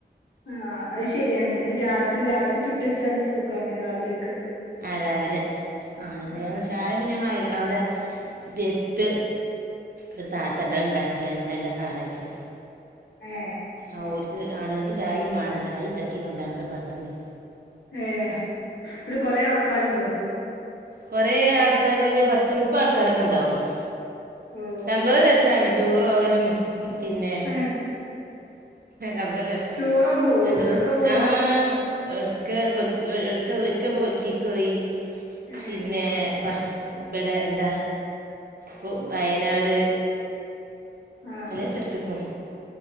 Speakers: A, on the left; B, on the right.
A: ആഹ് അത് ശരിയാണ് രാത്രി, രാത്രി ചുട്ടച്ചാല് സുഖാണ് രാവിലെക്ക്.
B: ആ രാവിലെ ആണ്
A: ആ
B: ഞാ വിളി <unintelligible> ഞങ്ങ അവിടെ എത്ത് ഒരു താതാണ്ട് ണ്ടാക്കലെ ഇന്നല്ല ഞാറാഴ്ചെ.
A: ഏ
B: ആ ഓർക്ക് ആണുങ്ങക്ക് ചായെം വേണം ചായ ഉണ്ടാക്കി കൊണ്ടന്നൊക്കെ പറഞ്ഞിഞ്ഞോ.
A: ഏഹ് ഇവിടെ കൊറേ ആൾക്കാരുണ്ടോ?
B: കൊറേ ആൾക്കാര് ഒരു പത്ത് മുപ്പത് ആൾക്കാരൊക്കെ ഒണ്ടാവും.
A: ഓ
B: സംഭവം രസാണ്. ടൂറോവലും പിന്നെ
A: ഏ
B: അപ്പൊ രസാ
A: ടൂറൊക്കെ പോവോ
B: രണ്ട്
A: എവിട്ക്കാ പോവാ
B: ആഹ് എടുക്ക കൊ <unintelligible> കൊച്ചിക്ക് പോയി
A: ഏ
B: പിന്നെ ഇബ്ടെ എന്താ കൊ വയനാട്
A: ആ
B: എല്ലേ സ്ഥലത്ത്ക്കും